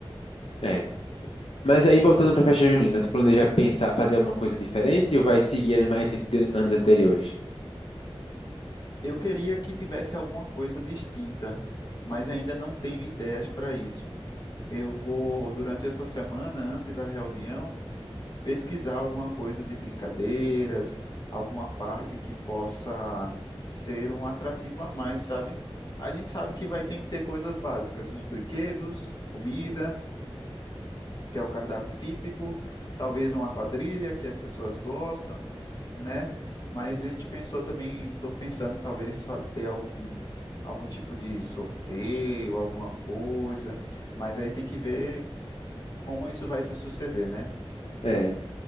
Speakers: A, on the left (about 75°); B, on the left (about 45°).
A: É. Mas aí, voltando para a festa junina, tu planeja pensar, fazer alguma coisa diferente ou vai seguir a mesma receita de anos anteriores?
B: Eu queria que tivesse alguma coisa distinta, mas ainda não tenho ideias para isso. Eu vou, durante essa semana, antes da reunião, pesquisar alguma coisa de brincadeiras, alguma parte que possa ser um atrativo a mais, sabe? A gente sabe que vai ter que ter coisas básicas, os brinquedos, comida, que é o cardápio típico, talvez uma quadrilha que as pessoas gostam, né? Mas a gente pensou também, estou pensando em talvez fa- ter algum algum tipo de sorteio, alguma coisa, mas aí tem que ver como isso vai se suceder, né?
A: É,